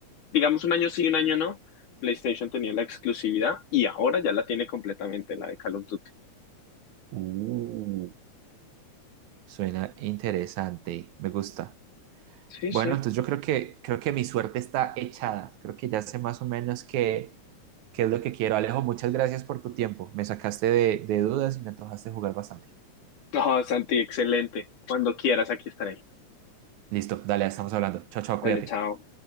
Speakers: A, on the left (about 90°); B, on the right (about 75°).
A: digamos, un año sí, un año no, PlayStation tenía la exclusividad y ahora ya la tiene completamente, la de Call of Duty.
B: Uh, suena interesante. Me gusta.
A: Sí,
B: Bueno,
A: sí.
B: entonces yo creo que, creo que mi suerte está echada. Creo que ya sé más o menos qué, qué es lo que quiero. Alejo, muchas gracias por tu tiempo. Me sacaste de, de dudas y me antojaste jugar bastante.
A: No, Santi, excelente. Cuando quieras, aquí estaré.
B: Listo, dale, estamos hablando. Chao, chao,
A: Dale,
B: cuídate.
A: chao.